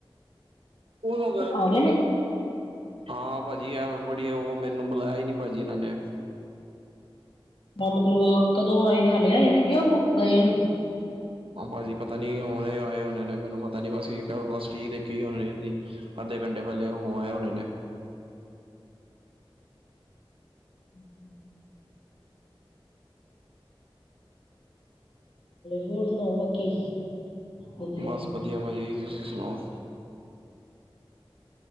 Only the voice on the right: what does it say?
<unintelligible>
ਹਾਂ ਭਾਜੀ, ਐ ਬੜੀਆ। ਉਹ ਮੈਨੂੰ ਬੁਲਾਇਆ ਹੀ ਨੀ ਭਾਜੀ ਇਹਨਾਂ ਨੇ।
ਭਾਜੀ, ਪਤਾ ਨੀ ਹੁਣੇ ਆਏ ਹੋਣੇ ਨੇ। ਮੈਨੂੰ ਪਤਾ ਨੀ ਬਸ <unintelligible> ਦੇਖੀ ਅੱਧੇ ਘੰਟੇ ਪਹਿਲੇ ਹੋ ਆ ਉਹਣੇ ਨੇ।
ਬਸ ਵਧੀਆ ਭਾਜੀ, ਤੁਸੀਂ ਸੁਣਾਓ‌।